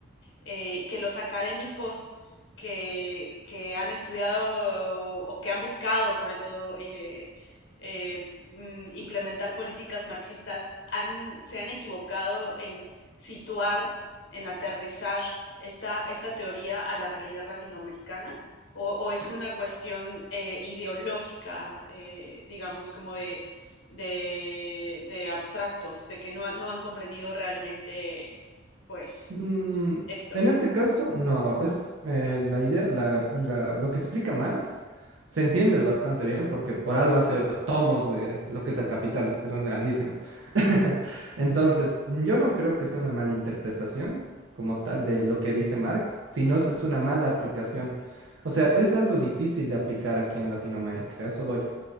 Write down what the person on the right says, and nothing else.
Sí.
Mm,
en este caso, no, es eh, la idea, la, la- lo que explica Marx se entiende bastante bien porque por algo hace tomos de lo que es el capital, que son grandísimos. <laughs> Entonces, yo no creo que sea una mala interpretación como tal de lo que dice Marx, sino es una mala aplicación. O sea, es algo difícil de aplicar aquí en Latinoamérica, a eso voy.